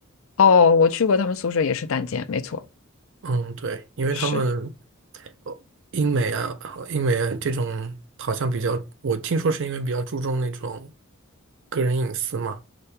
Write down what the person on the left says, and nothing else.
哦，我去过他们宿舍，也是单间，没错，
是。